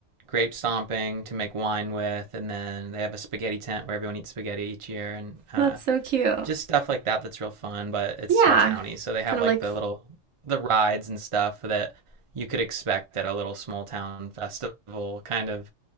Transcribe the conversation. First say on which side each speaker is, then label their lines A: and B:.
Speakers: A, on the right (about 25°); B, on the right (about 80°).
A: grape stomping to make wine with, and then they have a spaghetti tent where everyone eats spaghetti each year, and uh,
B: That's so cute.
A: just stuff like that that's real fun. But it's
B: Yeah.
A: small towny, so they have
B: Kind of
A: like
B: like
A: the little the rides and stuff that you could expect at a little small town festival. Kind of